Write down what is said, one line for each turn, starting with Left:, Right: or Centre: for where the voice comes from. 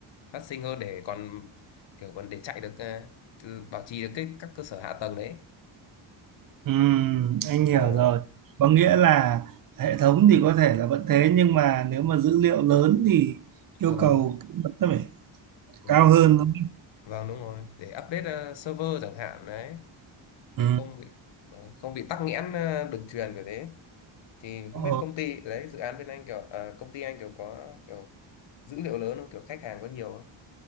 Left: phát sinh hơn để còn kiểu còn để chạy được à, ừ, bảo trì được cái các cơ sở hạ tầng đấy
Right: ừ, anh hiểu
Left: Ờ,
Right: rồi có nghĩa là hệ thống thì có thể là vẫn thế nhưng mà nếu mà dữ liệu lớn thì yêu
Left: vâng
Right: cầu vẫn phải
Left: vâng
Right: cao hơn đúng không?
Left: vâng đúng rồi để update à, server chẳng hạn đấy
Right: ừ.
Left: để không bị ờ, không bị tắc nghẽn à, đường truyền kiểu thế thì
Right: Ờ,
Left: không biết công ty đấy dự án bên anh kiểu à, công ty anh kiểu có kiểu dữ liệu lớn không kiểu khách hàng có nhiều không